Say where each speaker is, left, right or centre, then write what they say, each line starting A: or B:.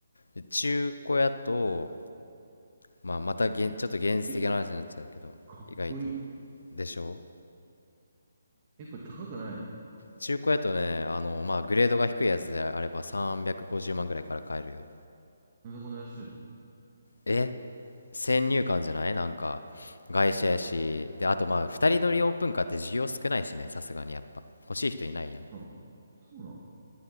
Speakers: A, on the left (about 80°); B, on the right (about 35°).
A: う。で中古屋と、まあ、またげん、ちょっと現実的な話になっちゃうけど、
B: え、かっこいい。
A: 意外と。でしょ
B: え、これ高くないの
A: 中古屋とね、あの、まあ、グレードが低いやつであれば350万ぐらいから買えるよ。
B: なんでこんな安いの
A: え先入観じゃないなんか、外車やし。で、あとまあ、2人乗りオープンカーって需要少ないしね、さすがにやっぱ。欲しい人いないやん。
B: ほら。そうなの